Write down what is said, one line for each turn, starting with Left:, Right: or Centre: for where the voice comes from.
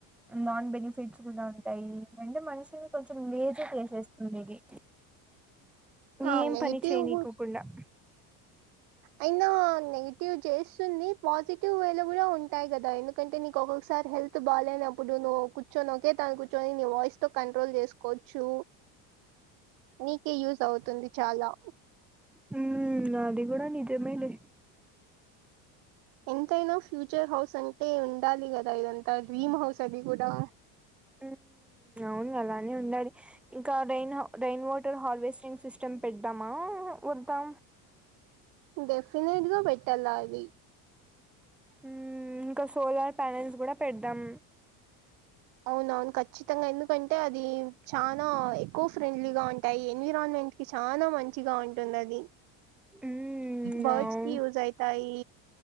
Centre: నాన్ బెనిఫిట్స్ కూడా ఉంటాయి అంటే మనిషిని కొంచెం లేజీ చేసేస్తుంది ఇది
Right: ఆ
Centre: ఏం
Right: నెగిటివ్
Centre: పని చేయనీకోకుండా
Right: అయినా నెగిటివ్ చేస్తుంది పాజిటివ్ వేలో కూడా ఉంటాయి కదా ఎందుకంటే నీకు ఒకొ సారి హెల్త్ బాగాలేనప్పుడు ను కూర్చొని ఓకే తాన కూర్చొని నీ వాయిస్ తో కంట్రోల్ చేసుకోవచ్చు నీకే యూజ్ అవుతుంది చాలా
Centre: హుమ్ అది కూడా నిజమే లే
Right: ఎంతైనా ఫ్యూచర్ హౌస్ అంటే ఉండాలి గదా ఇదం త డ్రీమ్ హౌస్ అది కూడా
Centre: ఉమ్ అవును అలానే ఉండాలి. ఇంకా rain how rain water harvesting system పెడ్దామా వద్దా
Right: డెఫినెట్గా పెట్టాల్లాది
Centre: ఉమ్ ఇంకా సోలార్ ప్యానెల్స్ కూడా పెడదాం
Right: అవునవును ఖచ్చితంగా ఎందుకంటే అది చాలా ఎకో ఫ్రెండ్లీగా ఉంటాయి ఎన్విరాన్మెంట్ కి చనాా మంచిగా ఉంటుంది అది
Centre: మ్మ్
Right: బర్డ్స్కి
Centre: అవు
Right: యజ అఐతా ఈ